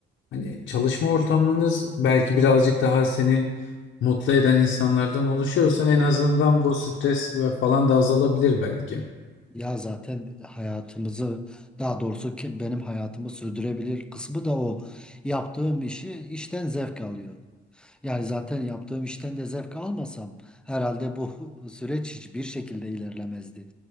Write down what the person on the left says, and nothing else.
hani çalışma ortamınız belki birazcık daha seni mutlu eden insanlardan oluşuyorsa en azından bu stres ve falan da azalabilir belki.